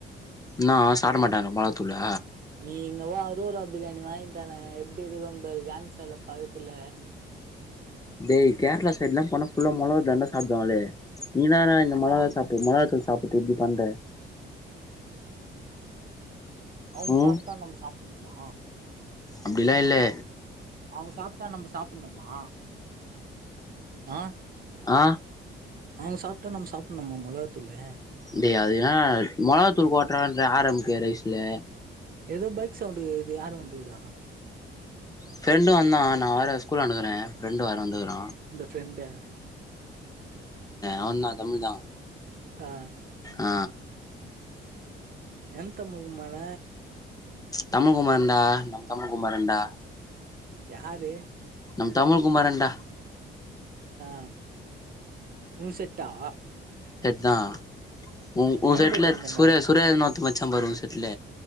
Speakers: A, on the left; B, on the right.
A: நான் சாப்ட மாட்டான ப மொளகாதூல்ல
B: நீ இங்க வா அருரூரா பிரியாணி வாங்கி தார எப்டி இருக்குபரு காந்தி சில பக்கத்துல
A: டேய் கேரளா சைடு்ல்லா போனா புுல்லா மொளக தண்ட சாப்டுவாங்களே நீதான இந்த மொளகா
B: அவங்
A: சாப் மொளகாத்தூள் சாப்ட இப்டி பண்ற
B: அவங்
A: ம்
B: சாப்ட்டா நம்ம சாப்ணுமா
A: அப்டிலா இல்லே
B: அவங்க சாப்ட்டா நம்ம சாப்டணுமா அ
A: ஆ
B: அவங்க சாப்ட்டா நம்ம சாப்டணும்மா மொளகாத்தூளு
A: டேய் அது என்னா டா மொளகாத்தூள் ஓட்டுற ஆர் எம் கே ரைஸ்ல
B: எதோ பைக் சவுண்டு கேக்குது யாரு வந்துக்ரா
A: ஃப்ரெண்டு வந்தான் நான் வேற ஸ்கூல் ஆன்ட இக்குறே ஃப்ரெண்டு வரனட்க்குறா
B: ஃப்ரெண்டா
A: அவ தா தமிழ் தா
B: ஆ
A: ஆ
B: எந் தமி குமா ன்ன
A: தமி குமரண்டா நம்ம தமிழ் குமரண்டா
B: யாரு
A: நம் தமிழ் குமரண்டா
B: ஆ உன் செட்டா
A: தா
B: ஆ
A: உ உன்
B: எங்க
A: செட்ல
B: போயிட்டு வந்தேன்னாரு
A: சூரியா சூரியா ன்னு ஒருத்தன் பச்சான் பாரு உன் செட்ல